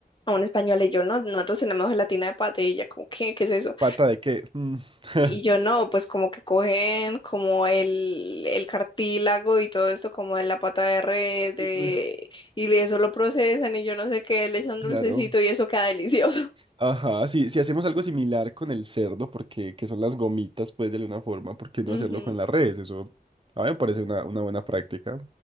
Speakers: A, on the left; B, on the right.
A: a un español, y yo, no, nosotros tenemos gelatina de pata y ella, como, ¿qué? ¿Qué es eso?
B: ¿pata de qué? Mm. <laughs>
A: Y yo no, pues como que cogen como el, el cartílago y todo esto como en la pata de res de,
B: Qué risa.
A: y eso lo procesan y yo no sé qué, le echan
B: Claro.
A: dulcecito y eso queda delicioso.
B: Ajá, sí, si hacemos algo similar con el cerdo, porque que son las gomitas, pues de alguna forma,
A: <laughs>
B: ¿por qué no
A: Ujú.
B: hacerlo con las redes? Eso a mí me parece una, una buena práctica.